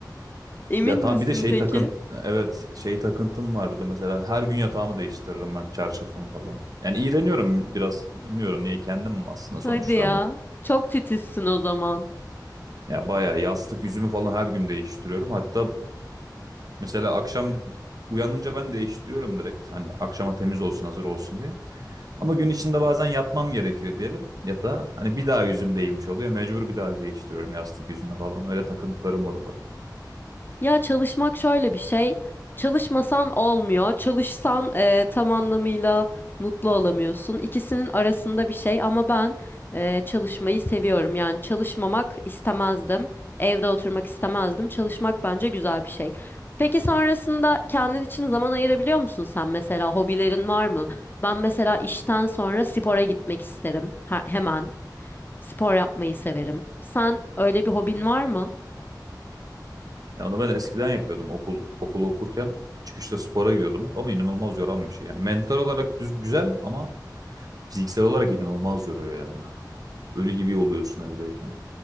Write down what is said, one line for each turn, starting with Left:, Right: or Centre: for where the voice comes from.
Left: Emin
Right: Yatağa
Left: misin
Right: bir de şey
Left: peki?
Right: takınt evet şey takıntım var bir de mesela her gün yatağımı değiştiririm ben çarşafımı falan. Yani iğreniyorum biraz bilmiyorum niye kendim aslında sonuçta
Left: Hadi ya.
Right: ama
Left: Çok titizsin o zaman.
Right: Ya bayağı yastık yüzümü falan her gün değiştiriyorum. Hatta mesela akşam uyanınca ben değiştiriyorum direkt. Hani akşama temiz olsun, hazır olsun diye. Ama gün içinde bazen yatmam gerekiyor diyelim yatağa. Hani bir daha yüzüm değmiş oluyor. Mecbur bir daha değiştiriyorum yastık yüzünü falan. Öyle takıntılarım var ufak.
Left: Ya çalışmak şöyle bir şey. Çalışmasan olmuyor. Çalışsan eee, tam anlamıyla mutlu olamıyorsun. İkisinin arasında bir şey ama ben eee, çalışmayı seviyorum. Yani çalışmamak istemezdim. Evde oturmak istemezdim. Çalışmak bence güzel bir şey. Peki sonrasında kendin için zaman ayırabiliyor musun sen mesela? Hobilerin var mı? Ben mesela işten sonra spora gitmek isterim. Ha- hemen Spor yapmayı severim. Sen öyle bir hobin var mı?
Right: Ya onu ben eskiden yapıyordum. Okul okul okurken çıkışta spora gidiyordum hep ama inanılmaz yoran bir şey. Yani mental olarak düz, güzel ama fiziksel olarak inanılmaz yoruyor yani. Ölü gibi oluyorsun evdeyken.